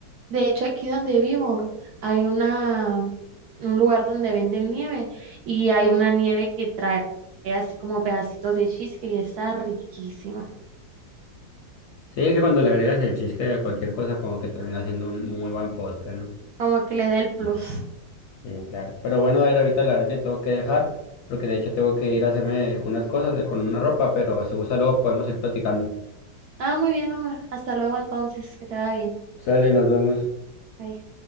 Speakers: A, on the right (about 70°); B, on the left (about 75°).
A: De hecho, aquí donde vivo hay una, un lugar donde venden nieve y hay una nieve que trae así como pedacitos de cheesecake y está riquísima.
B: Sí, es que cuando le agregas el cheesecake a cualquier cosa como que termina siendo un muy buen postre, ¿no?
A: como que le dé el plus.
B: Sí, claro. Pero bueno, a ver, ahorita la verdad que tengo que dejar, porque de hecho tengo que ir a hacerme unas cosas de, con una ropa, pero si gusta luego podemos ir platicando.
A: Ah, muy bien, Omar. Hasta luego entonces, que te vaya bien.
B: Sale, nos vemos.
A: Bye.